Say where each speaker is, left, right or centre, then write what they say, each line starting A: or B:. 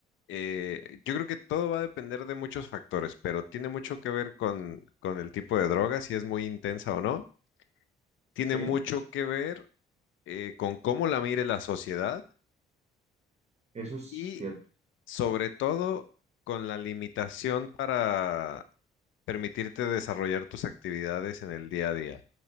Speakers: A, on the left (about 75°); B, on the right (about 35°).
A: eh, yo creo que todo va a depender de muchos factores, pero tiene mucho que ver con, con el tipo de droga, si es muy intensa o no, tiene
B: Sí,
A: mucho que ver eh, con cómo la mire la sociedad
B: Eso es
A: y
B: cierto.
A: sobre todo con la limitación para permitirte desarrollar tus actividades en el día a día.